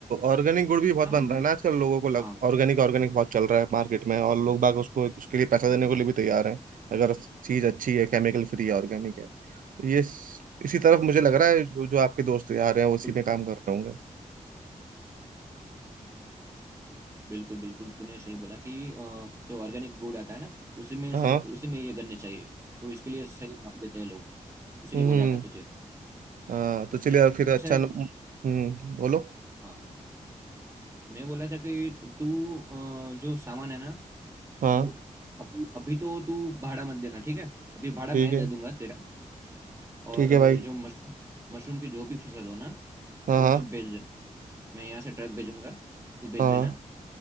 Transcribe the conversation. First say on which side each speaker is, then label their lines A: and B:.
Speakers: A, on the right; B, on the right.
A: ऑर्गेनिक गुड़ भी बहुत बन
B: मंडी
A: रहा है ना आजकल लोगों को लग
B: हाँ
A: ऑर्गेनिक ऑर्गेनिक बहुत चल रहा है मार्केट में और लोग बाग उसको उसके लिए पैसा देने के लिए भी तैयार हैं अगर चीज़ अच्छी है केमिकल फ्री है ऑर्गेनिक है तो ये इस- इसी तरफ मुझे लग रहा है जो जो आपके दोस्त यार
B: बिल्कुल
A: हैं वो इसी में काम कर रहे होंगे
B: बिल्कुल बिल्कुल तूने सही बोला कि अ, जो ऑर्गेनिक गुड़ आता है ना उसी में
A: हाँ
B: से उसी में ये गन्ने चाहिए तो इसके लिए सही भाव देते हैं लोग इसीलिए
A: हम्म
B: बोल रहा था तुझे
A: हाँ तो चलिए फिर अच्छा
B: वैसे
A: न- हम्म बोलो
B: हाँ मैं बोला था कि तू अ, जो सामान है ना
A: हाँ
B: वो अभी अभी तो तू भाड़ा मत देना ठीक है अभी भाड़ा
A: ठीक
B: मैं
A: है
B: दे दूंगा तेरा और
A: ठीक
B: अ,
A: है भाई
B: जो मशरूम मशरूम की जो भी फसल हो ना
A: हाँ
B: वो
A: हाँ
B: सब भेज देना मैं यहाँ से ट्रक भेजूंगा तू भेज
A: हाँ
B: देना